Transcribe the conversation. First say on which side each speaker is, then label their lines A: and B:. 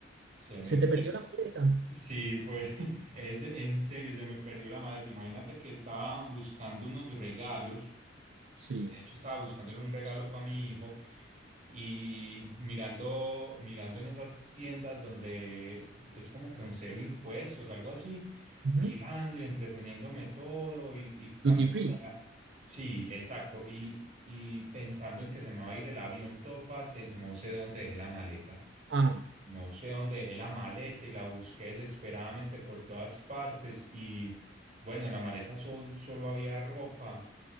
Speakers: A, on the right; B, on the right.
A: Se me...
B: ¿Se te perdió la maleta?
A: Sí, pues, <laughs> es, en serio, se me perdió la maleta. Imagínate que estaba buscando unos regalos
B: Sí.
A: de hecho, estaba buscándole un regalo para mi hijo y mirando, mirando en esas tiendas donde es como que un cero impuestos, algo así,
B: Ujú.
A: mirando y entreteniéndome todo y, y también
B: Duty
A: con
B: free.
A: la- Sí, exacto. Y, y pensando en que se me va a ir el avión todo, parce, no sé dónde dejé la maleta.
B: Ah,
A: No sé dónde dejé la maleta y la busqué desesperadamente por todas partes y bueno, en la maleta sol- solo había ropa